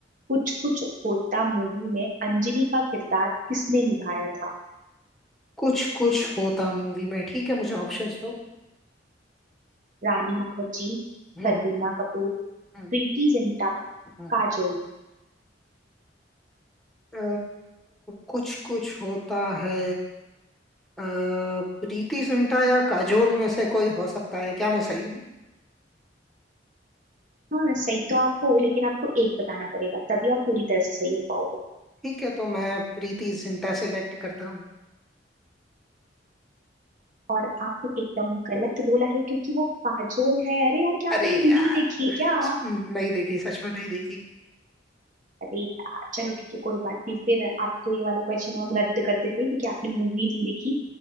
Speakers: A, on the right (about 45°); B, in the centre.
A: कुछ कुछ होता मूवी में अंजलि का किरदार किसने निभाया था
B: कुछ कुछ होता मूवी में ठीक है मुझे ऑप्शंस दो
A: रानी मुखर्जी
B: हम्म
A: करीना कपूर
B: हम्म
A: प्रीति जिंटा
B: हम्म, हम्म।
A: काजोल
B: अ, कुछ कुछ होता है अ, प्रीति जिंटा या काजोल में से कोई हो सकता है क्या मैं सही हूँ
A: हाँ सही तो आप हो लेकिन आपको एक बताना पड़ेगा तभी आप पूरी तरह से सही हो पाओगे
B: ठीक है तो मैं प्रीति जिंटा सेलेक्ट करता हूँ
A: और आपने एकदम गलत बोला है क्योंकि वो काजोल है अरे यार क्या आपने
B: अरे
A: ये मूवी
B: यार
A: नहीं देखी है क्या
B: नहीं देखी सच में नहीं देखी
A: अरे यार चलो ठीक है कोई बात नहीं फिर आपको ये वाला क्वेश्चन हम रद्द कर देते हैं क्योंकि आपने मूवी नहीं देखी